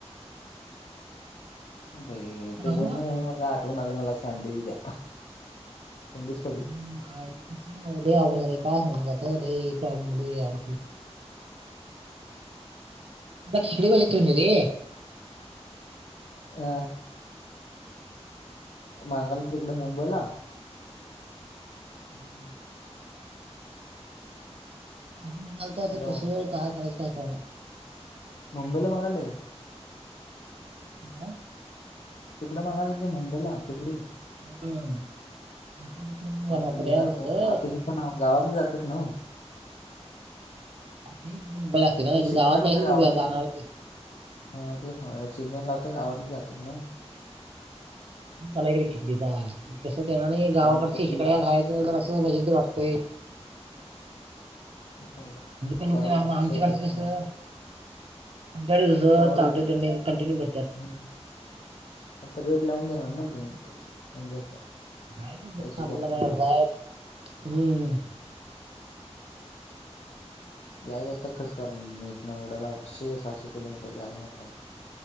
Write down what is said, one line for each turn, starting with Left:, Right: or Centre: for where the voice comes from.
Left: भाई
Right: हॅलो
Left: त बोल ना मला आठवून आलं मला सँडविच द्या. संदेश पाटील
Right: हम्म, तसं नव्ह रे अवघड झालंय कसं काय. हो नाही काम म्हने आल दक्षिणेकडे तोंड रे
Left: अ. मागाली तिकडे मुंबईला?
Right: हम्म. अजून म्हणालतो आता
Left: हॅलो
Right: कसं काय करायचं काय कळना.
Left: मंबईला मागाले.
Right: मग?
Left: तिकडे मागाय लागली मुंबईला शेकडी.
Right: हम्म. <unintelligible>
Left: मता देणार
Right: रे आज इकडं.
Left: कोण? आता हे पण गावातले जातेत नव्ह.
Right: मुंबई लागते ना इकडे
Left: सीजन
Right: गावात
Left: आहे म्हटलं
Right: नाही
Left: गावातले
Right: जाणार ती
Left: हा ते सिजन लावता आववरले जातात ना.
Right: आलारी खेली तस आणि गावाकडची
Left: त्यामुळे आता ते
Right: हिकडं एक हाय. असं जरासं मजेत वाटतंय.
Left: नाही तुम्ही
Right: लोक लोक
Left: गावाकडचे
Right: आमच्याकडचे
Left: सर भेटले
Right: कसं
Left: आम्हाला.
Right: आमच्याकडे कसं
Left: गावाकडे
Right: चालतंय
Left: केले
Right: त्यांनी
Left: होते,
Right: कंटिन्यू भेटतात
Left: हम्म. आता रेट लावून देणार ना तुम्ही पैसे आणि जास्त
Right: काय ते
Left: पैसे
Right: आपल्याला
Left: जास्त
Right: काय
Left: येणार.
Right: करतात हम्म.
Left: याय जायचं खर्च काडून एवड्याला आठसे सहाशे किलोमीटर जायचं म्हटल्याव.